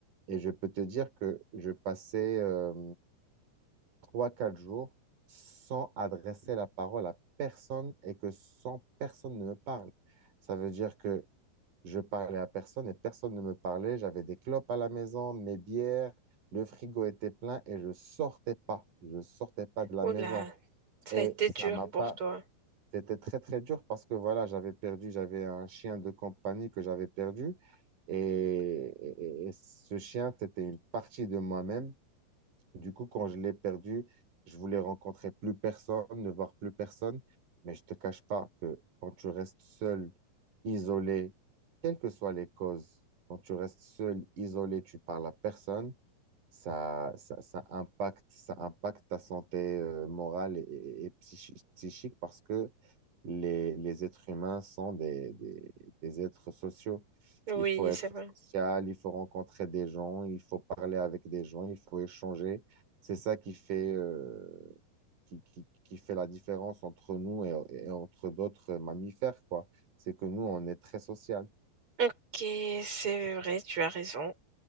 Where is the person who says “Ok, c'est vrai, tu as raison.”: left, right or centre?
Right